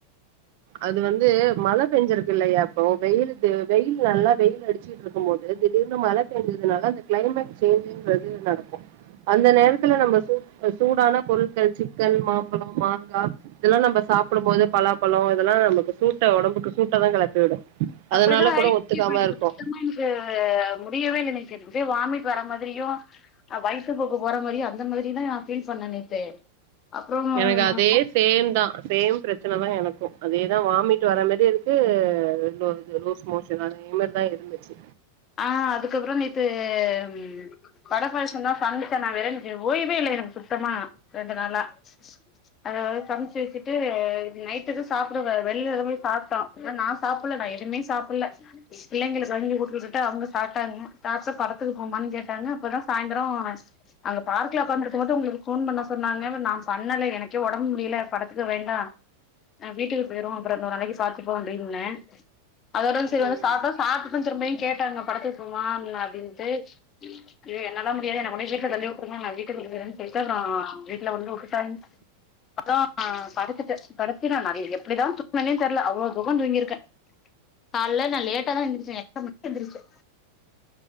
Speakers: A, on the right; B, on the left.
A: அது வந்து மழ பேஞ்சிருக்கு இல்லையா இப்போ வெயிலுக்கு வெயில் நல்லா வெயில் அடிச்சு இருக்கும் போது திடீர்னு மழ பேஞ்சதுனால அந்த கிளைமேட் சேஞ்சுங்கறது நடக்கு அந்த நேரத்துல நம்ம சூப் சூடான பொருட்கள் சிக்கன் மாம்பழம் மாங்கா இதெல்லா நம்ப சாப்பிடும்போது பலாப்பழம் இதெல்லா நமக்கு சூட்ட ஒடம்புக்கு சூட்டதா கெளப்பி விடு
B: அப்டிதா
A: அதனால
B: ஆயிடுச்சு
A: கூட ஒத்துக்காம
B: இப்ப எனக்கு
A: இருக்கு
B: சுத்தமா எனக் கு முடியவே இல்லை இன்னக்கு ஒரே வாமிட் வர்ற மாதிரியு அ வயித்து போக்கு போற மாரியு அந்த மாதிரிலா நா ஃபீல் பண்ணே நேத்து. அப்றோ
A: எனக்கு அதே சேம் தா சேம் பிரச்சன தா எனக்கு அதேதா வாமிட் வர மாரி இருக்கு லு இது லூஸ் மோ சன் அதே மாரிதா இருந்துச்சு.
B: ஆ அதுக்கப்புறோ நேத்து ம் வட பாயாசந்தா சம்ச்சே நா வேற இன்னிக்கி ஓய்வே இல்ல எனக்கு சுத்தமா ரெண்டு நாளா. அதவேற சம்ச்சு வெச்சிட்டு நைட்டுக்கு சாப்பிட வெ வெள்லத போய் சாப்ட்டோ. இப்ப நா சாப்பல்ல நா எதுமே சாப்பல்ல பிள்ளைங்களுக் கஞ்சி குடுத்துட்டுட் டு அவுங்க சாப்ட்டாங்க சாப்ட்டு படத்துக்கு போவமான் கேட்டாங்க இப்பதா சாயந்தரோ அங்க பார்க்ல ஒக்காந்துருக்கும்போது உங்குளுக்கு ஃபோன் பண்ண சொன்னாங்க ப்பற் நா பண்ணல எனக்கே ஒடம் முடில படத்துக்கு வேண்டா அ வீட்டுக்கு போயிருவோ அப்புறோ இன்னோரு நாளைக் பாத்துப்போ அப்டின்னே அதோட செரி வந்து
A: ம்
B: சாப்டோ சாப்டுது திரும்பையு கேட்டாங்க படத்துக் போவமான்னா அப்டின்ட்டு க்கு என்னால்லா முடியாது என்ன கொண்டோய் வீட்ல தள்ளி உட்டுருங்க நா வீட்டுக்கு போய்றேன் சொல்ட்டு அப்றோ வீட்ல கொண் போ உட்டுட்டாங். அப்றோ படுத்துட்டே படுத்து நா நதய எப்பிடிதா தூங்னனே தெர்ல அவ்ளோ தூக்கோ தூங்கிருக்கே. கால்ல நா லேட்டாதா எந்திருச்சே <inaudible> எந்திருச்சே.